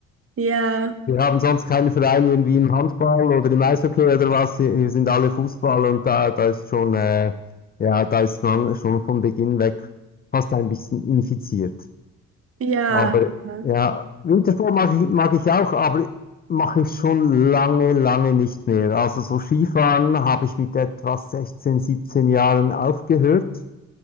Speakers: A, on the right (about 45°); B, on the left (about 30°).
A: Ja,
B: Wir haben sonst keine Vereine irgendwie im Handball oder im Eishockey oder was. Hier hier sind alle Fußball und da, da ist schon, äh, ja, da ist man schon von Beginn weg fast ein bisschen infiziert.
A: ja,
B: Aber
A: ja.
B: ja, Wintersport mag ich, mag ich auch, aber mache ich schon lange, lange nicht mehr. Also so Skifahren habe ich mit etwa 16, 17 Jahren aufgehört,